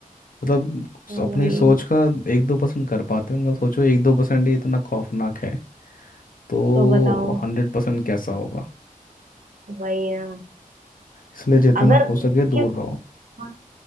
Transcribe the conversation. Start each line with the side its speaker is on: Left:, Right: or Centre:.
Left: मतलब
Right: तो
Left: अपनी
Right: वही
Left: सोच का एक दो परसेंट कर पाते होंगे अब सोचो एक दो परसेंट ही इतना खौफनाक है तो
Right: तो बताओ
Left: हंड्रेड परसेंट कैसा होगा
Right: वही ना
Left: इसलिए जितना
Right: अगर
Left: हो सके
Right: क्यों
Left: दूर रहो
Right: हाँ